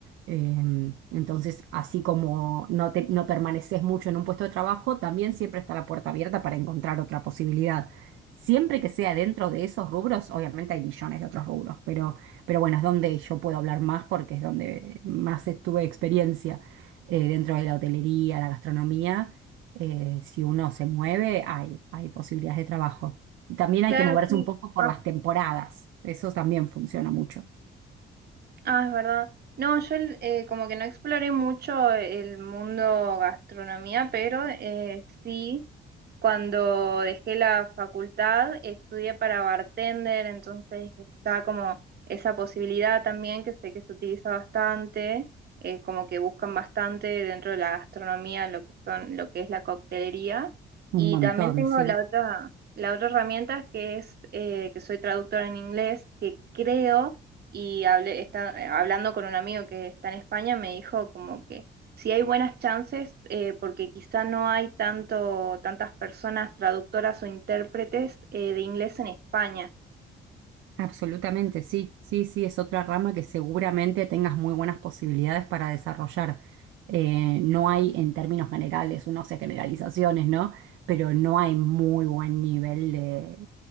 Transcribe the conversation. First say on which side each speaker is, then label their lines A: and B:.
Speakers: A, on the right (about 85°); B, on the right (about 55°).
A: Em, entonces, así como no, te, no permaneces mucho en un puesto de trabajo, también siempre está la puerta abierta para encontrar otra posibilidad. Siempre que sea dentro de esos rubros, obviamente hay millones de otros rubros, pero, pero bueno, es donde yo puedo hablar más porque es donde más tuve experiencia eh, dentro de la hotelería, la gastronomía. eh, si uno se mueve, hay, hay posibilidades de trabajo. También
B: Claro,
A: hay que moverse
B: sí.
A: un poco por
B: ah,
A: las temporadas. Eso también funciona mucho.
B: Ah, es verdad. No, yo eh, como que no exploré mucho el mundo gastronomía, pero eh, sí. Cuando dejé la facultad, estudié para bartender, entonces está como esa posibilidad también que sé que se utiliza bastante, eh, como que buscan bastante dentro de la gastronomía lo que son, lo que es la coctelería.
A: Un
B: Y
A: montón,
B: también tengo
A: sí.
B: la otra, la otra herramienta que es eh, que soy traductora en inglés, que creo y hablé, está, eh, hablando con un amigo que está en España, me dijo como que si hay buenas chances, eh, porque quizá no hay tanto, tantas personas traductoras o intérpretes eh, de inglés en España.
A: Absolutamente, sí. Sí, sí, es otra rama que seguramente tengas muy buenas posibilidades para desarrollar. Eh, no hay, en términos generales, uno hace generalizaciones, ¿no? Pero no hay muy buen nivel de,